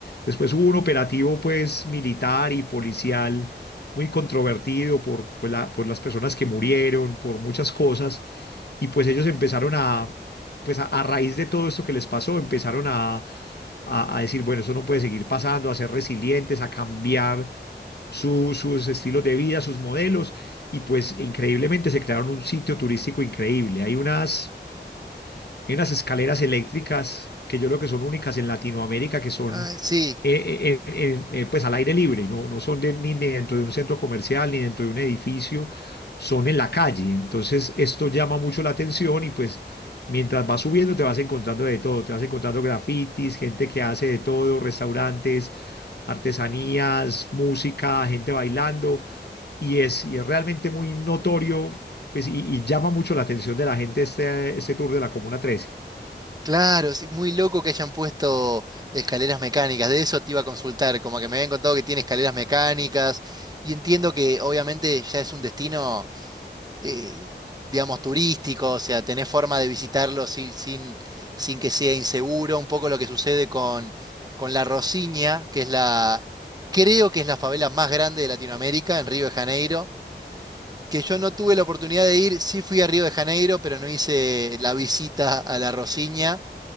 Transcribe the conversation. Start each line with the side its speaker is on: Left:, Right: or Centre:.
Left: Después hubo un operativo pues militar y policial muy controvertido por, por la- por las personas que murieron, por muchas cosas y pues ellos empezaron a, pues a, a raíz de todo esto que les pasó, empezaron a, a, a decir, bueno, eso no puede seguir pasando, a ser resilientes, a cambiar su- sus estilos de vida, sus modelos. Y pues increíblemente se crearon un sitio turístico increíble. Hay unas hay unas escaleras eléctricas que yo creo que son únicas en Latinoamérica, que son
Right: Ah, sí.
Left: eh, eh, eh, eh, eh, eh, pues al aire libre, no, no son de- ni ni dentro de un centro comercial ni dentro de un edificio, son en la calle. Entonces esto llama mucho la atención y pues mientras vas subiendo te vas encontrando de todo, te vas encontrando grafitis, gente que hace de todo, restaurantes, artesanías, música, gente bailando y es, y es realmente muy notorio pues, y, y llama mucho la atención de la gente este, este tour de la Comuna 13.
Right: Claro, sí, muy loco que hayan puesto escaleras mecánicas. De eso te iba a consultar, como que me habían contado que tiene escaleras mecánicas y entiendo que obviamente ya es un destino, eh, digamos, turístico, o sea, tenés forma de visitarlo sin, sin, sin que sea inseguro. Un poco lo que sucede con, con La Rosiña, que es la, creo que es la favela más grande de Latinoamérica, en Río de Janeiro, que yo no tuve la oportunidad de ir, sí fui a Río de Janeiro, pero no hice la visita a La Rosiña